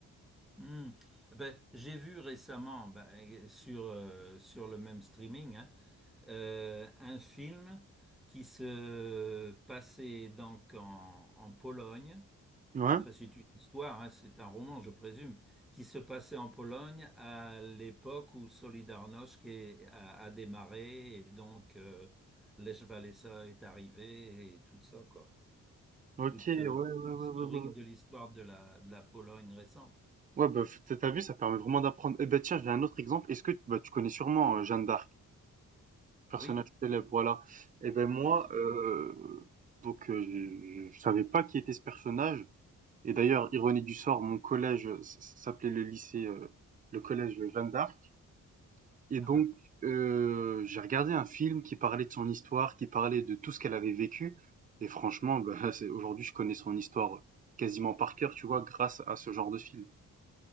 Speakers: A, in the centre; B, on the right.
A: Mm. Ben, j'ai vu récemment ben, sur, euh, sur le même streaming hein, euh, un film qui se passait donc en, en Pologne.
B: Ouais?
A: Enfin, c'est une histoire, hein, c'est un roman, je présume, qui se passait en Pologne à l'époque où Solidarność est- a, a démarré et donc euh, Lech Walesa est arrivé et tout ça, quoi.
B: OK,
A: Toute,
B: ouais, ouais,
A: euh,
B: ouais,
A: toute l'historique
B: ouais, ouais, ouais.
A: de l'histoire de la, de la Pologne récente.
B: Ouais, bah, f tu as vu, ça permet vraiment d'apprendre. Eh ben, tiens, j'ai un autre exemple. Est-ce que bah, tu connais sûrement, heu, Jeanne d'Arc, personnage
A: Oui.
B: célèbre, voilà. Et ben moi,
A: Bien sûr.
B: heu, donc, heu, je je savais pas qui était ce personnage Et d'ailleurs, ironie du sort, mon collège s- s- s'appelait le lycée, euh, le collège Jeanne d'Arc. Et donc,
A: <laughs>
B: euh, j'ai regardé un film qui parlait de son histoire, qui parlait de tout ce qu'elle avait vécu. Et franchement, bah, <laughs> c'est- aujourd'hui, je connais son histoire quasiment par cœur, tu vois, grâce à ce genre de film.